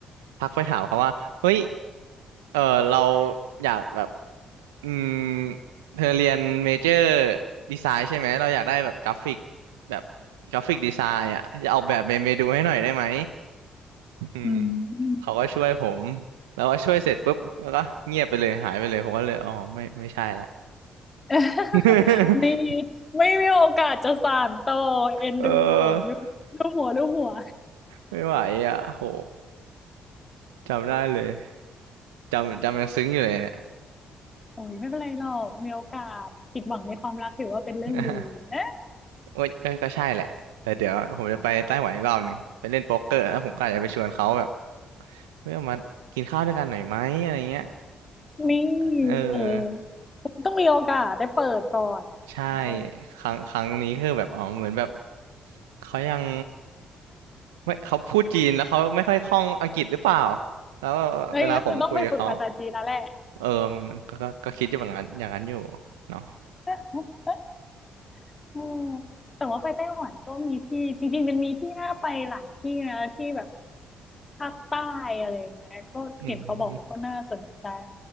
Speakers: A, on the right; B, on the left.
A: ทักไปถามเขาว่าเฮ้ยเออเราอยากแบบอืมเธอเรียนเมเจอร์ดีไซน์ใช่ไหมเราอยากได้แบบกราฟิกแบบกราฟิกดีไซน์อ่ะจะออกแบบเมนูให้หน่อยได้ไหม อืม
B: อืม
A: เขาก็ช่วยผมแล้วก็ช่วยเสร็จปุ๊บแล้วก็เงียบไปเลยหายไปเลยผมก็เลยอ๋อไม่ไม่ใช่ละ
B: <laughs>
A: <laughs>
B: มีไม่มีโอกาสจะสานต่อเอ็นดูโอ้ลูกลูกหัวลูกหัว
A: เออไม่ไหวอ่ะโหจำได้เลยจำจำยังซึ้งอยู่เลยเนี่ย
B: <laughs> โอ้ยไม่เป็นไรหรอกมีโอกาสผิดหวังในความรักถือว่าเป็นเรื่องดี
A: <laughs>
B: <laughs> นะ
A: โอ้ยก็ก็ใช่แหละแต่เดี๋ยวผมจะไปไต้หวันอีกรอบหนึ่งไปเล่นโป๊กเกอร์แล้วผมก็อาจจะไปชวนเขาแบบเฮ้ยเอามากินข้าวด้วยกันหน่อยไหมอะไรเงี้ย
B: นี่
A: เออ
B: เออคุณต้องมีโอกาสได้เปิดก่อน
A: ใช่
B: ใช่ไหม
A: ครั้งครั้งนี้คือแบบอ๋อเหมือนแบบเขายัง ไม่เขาพูดจีนแล้วเขาไม่ค่อยคล่องอังกฤษหรือเปล่าแล้วเวลาผมคุยกับเขา
B: แล้วยังไงคุณต้องไปฝึกภาษาจีนแล้วแหละ
A: เออมันก็ก็ก็คิดอย่างนั้นอย่างนั้นอยู่เนาะ
B: <laughs> อืมแต่ว่าไปไต้หวันก็มีที่จริงๆมันมีที่น่าไปหลายที่นะที่แบบภาคใต้อะไรอย่างเงี้ยก็เห็นเขาบอกว่าก็น่าสนใจ
A: อืม